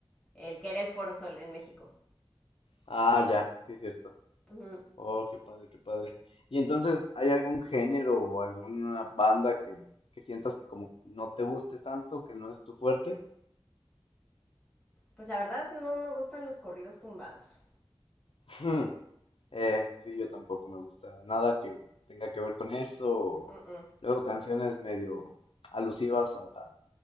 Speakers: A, in the centre; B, on the left.
A: el que era el Foro Sol en México.
B: Ah, ya, sí es cierto.
A: Ujú.
B: Oh, qué padre, qué padre. Y entonces, ¿hay algún género o alguna banda que, que sientas que como no te guste tanto, que no es tu fuerte?
A: Pues la verdad no me gustan los corridos tumbados.
B: <laughs> Eh, sí, yo tampoco me gusta nada que tenga que ver con eso.
A: Mm-mm.
B: Luego canciones medio alusivas a,